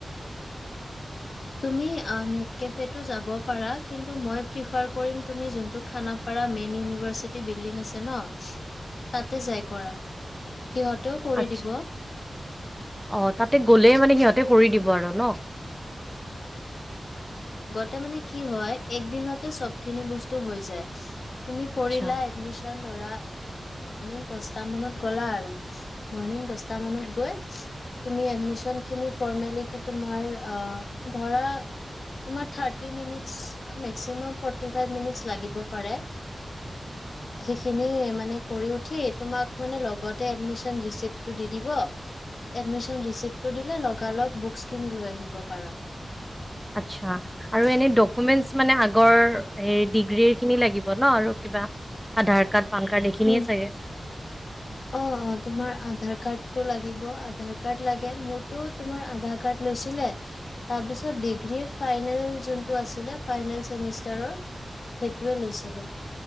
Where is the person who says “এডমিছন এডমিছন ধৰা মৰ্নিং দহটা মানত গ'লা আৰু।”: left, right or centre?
Left